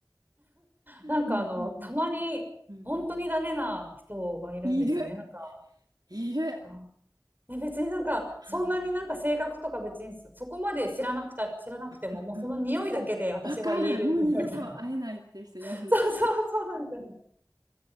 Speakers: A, on the right (about 25°); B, on the right (about 65°).
A: なんかあの、
B: うんうん
A: たまに本当にダメな人がいるんですよね。
B: うん。うんうんいる
A: なんか、
B: いる。
A: あね、別になんか、
B: はい。
A: そんなになんか性格とか別にそそこまで知らなくた、知らなくても、
B: うんうんうんうん。
A: もうその匂いだけで私は言える
B: わかる。もう二度と会えないって人います。
A: <laughs> みたいな。
B: うん
A: そうそうそうなんですよね。